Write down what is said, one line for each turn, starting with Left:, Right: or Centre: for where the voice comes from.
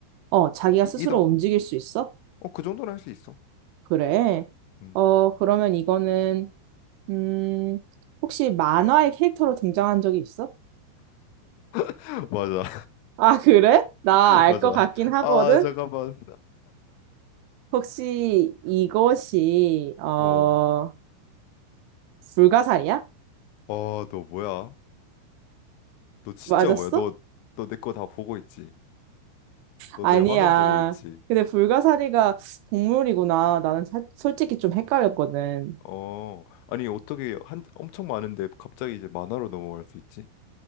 Right: 어, 자기가
Left: 이,
Right: 스스로
Left: 이동.
Right: 움직일 수 있어?
Left: 어, 그 정도는 할 수 있어.
Right: 그래.
Left: 음.
Right: 어, 그러면 이거는, 음, 혹시 만화의 캐릭터로 등장한 적이 있어?
Left: <laughs> 맞아.
Right: 아, <laughs> 그래? 나
Left: <laughs>
Right: 알
Left: 맞아.
Right: 것 같긴 하거든?
Left: 아, 잠깐만.
Right: 혹시 이것이, 어,
Left: 어.
Right: 불가사리야?
Left: 아, 너 뭐야? 너 진짜
Right: 맞았어?
Left: 뭐야? 너 너 내 거 다 보고 있지? 너
Right: 아니야.
Left: 내 화면 보고 있지?
Right: 근데 불가사리가 동물이구나. 나는 사- 솔직히 좀 헷갈렸거든.
Left: 어, 아니 어떻게 한 엄청 많은데 갑자기 이제 만화로 넘어갈 수 있지?